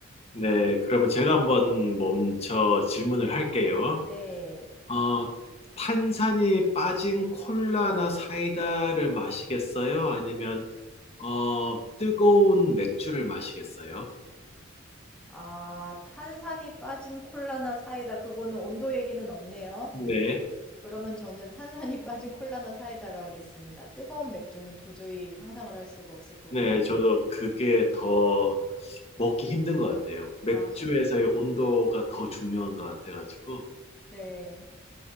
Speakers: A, on the left; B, in the centre.
A: 네. 그러면 제가 한번 멈춰 질문을 할게요.
B: 네.
A: 어, 탄산이 빠진 콜라나 사이다를 마시겠어요? 아니면, 어, 뜨거운 맥주를 마시겠어요?
B: 아, 탄산이 빠진 콜라나 사이다. 그거는 온도 얘기는 없네요.
A: 네.
B: 그러면 저는 탄산이 <laughs> 빠진 콜라나 사이다로 하겠습니다. 뜨거운 맥주는 도저히 상상을 할 수가 없을 것
A: 네,
B: 같아요.
A: 저도 그게 더 먹기 힘든 것 같아요. 맥주에서의
B: 아,
A: 온도가 더 중요한 것 같아가지고.
B: 네.